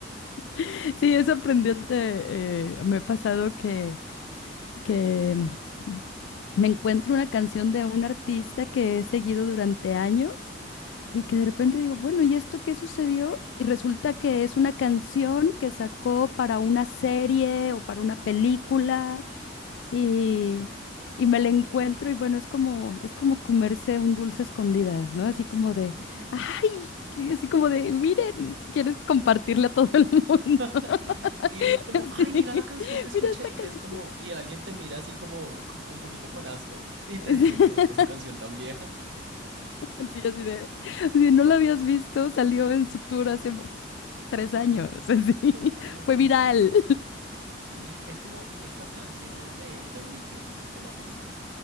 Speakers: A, on the left; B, on the right.
A: <laughs> sí, es sorprendente. eh, me ha pasado que, que mm, me encuentro una canción de un artista que he seguido durante años y que de repente digo, bueno, ¿y esto qué sucedió? Y resulta
B: Mm.
A: que es una canción que sacó para una serie o para una
B: Oh.
A: película y,
B: Ay, sí.
A: y me la encuentro y bueno, es como, es como comerse un dulce a escondidas, ¿no? Así como
B: Sí.
A: de, ay, que- así como de, miren, quieres compartirle a todo el mundo.
B: <laughs> Y
A: <laughs>
B: uno es como,
A: Así,
B: ay, mira la canción que escuché.
A: mira esta
B: Y
A: canción.
B: es como, y alguien te mira así como, como un poquito con asco y te
A: Así,
B: dice
A: <laughs>
B: como, esa canción tan vieja.
A: así así de, si no la habías visto, salió en su tour hace tres años,
B: Ay,
A: así,
B: total.
A: <laughs> fue viral.
B: Es como, sí, es como estas canciones de The Wicked, de la película.